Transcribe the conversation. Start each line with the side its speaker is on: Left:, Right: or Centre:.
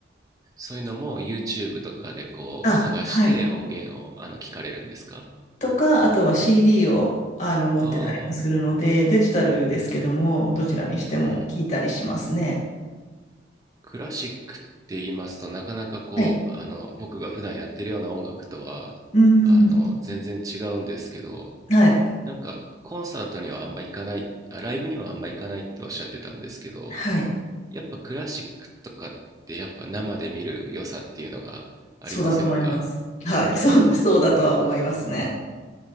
Right: そういうのも YouTube とかでこう探して音源をあの聞かれるんですか
Left: あ、はい。とか、あとは CD を、あの、持ってたりもするので、
Right: ああ、
Left: デジタルですけども、どちらにしても聞いたりしますね。
Right: うん。クラシックって言いますとなかなかこう、
Left: はい。
Right: あの、僕が普段やってるような音楽とは、
Left: うーん。
Right: あの、全然違うんですけど、
Left: はい。
Right: なんかコンサートにはあんま行かない、あ、ライブにはあんま行かないっておっしゃってたんですけど、
Left: はい。
Right: やっぱクラシックとかってやっぱ生で見る良さっていうのがありませんか
Left: そうだと思います。はい、
Right: うん。
Left: <laughs> そうだ、そうだとは思いますね。